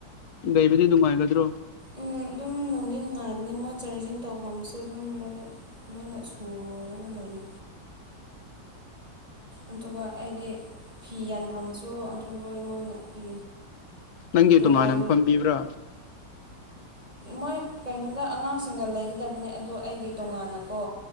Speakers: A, on the left; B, on the right.
A: ꯂꯩꯕꯗꯤ ꯅꯨꯡꯉꯥꯏꯒꯗ꯭ꯔꯣ
B: ꯎꯝ ꯑꯗꯨꯝ ꯅꯨꯡꯗꯤ ꯅꯨꯡꯉꯥꯏꯔꯒꯅꯤ ꯃꯣꯏ ꯆꯥꯔꯖꯤꯡ ꯇꯧꯐꯝꯁꯨ ꯑꯗꯨꯝ ꯂꯣꯏ ꯂꯣꯏꯅ ꯁꯨꯔꯒ ꯂꯩꯌꯦ ꯑꯗꯨꯒ ꯑꯩꯒꯤ ꯐꯤ ꯌꯥꯟꯐꯝꯁꯨ ꯑꯗꯨ ꯂꯣꯏ ꯃꯣꯏꯅ ꯄꯤ
A: ꯅꯪꯒꯤ
B: ꯇꯦꯕꯜ
A: ꯇꯣꯉꯥꯟꯅ ꯄꯝꯕꯤꯕ꯭ꯔꯥ
B: ꯃꯣꯏ ꯀꯩꯅꯣꯗ ꯑꯉꯥꯡꯁꯤꯡꯒ ꯂꯩꯒꯗꯕꯅꯦ ꯑꯗꯣ ꯑꯩꯒꯤ ꯇꯣꯉꯥꯟꯅꯀꯣ